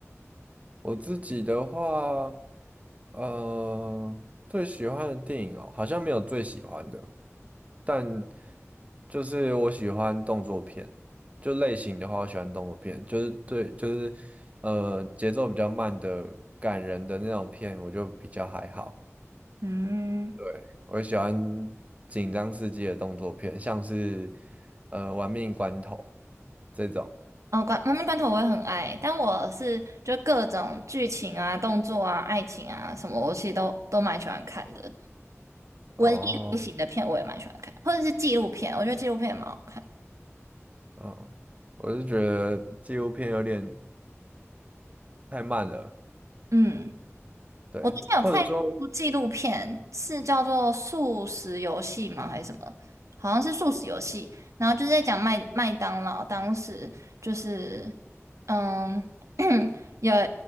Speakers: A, on the right; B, on the right.
A: 我自己的话，呃，最喜欢的电影哦，好像没有最喜欢的，但就是我喜欢动作片，就类型的话，我喜欢动作片，就是对，就是呃节奏比较慢的、感人的那种片，我就比较还好。
B: 嗯，
A: 对，我喜欢紧张刺激的动作片，像是呃《玩命关头》这种。
B: 哦，关《妈妈关头》我也很爱，但我是就各种剧情啊、动作啊、爱情啊什么，我其实都都蛮喜欢看的。文艺类型的片我也蛮喜欢看，
A: 哦，
B: 或者是纪录片，我觉得纪录片也蛮好看。
A: 嗯，我是觉得纪录片有点太慢了。
B: 嗯。
A: 对，
B: 我之前有看一部纪录片，
A: 或者说，
B: 是叫做《素食游戏》吗？还是什么？好像是素食游戏，然后就是在讲麦麦当劳当时就是，嗯，<clears throat> 有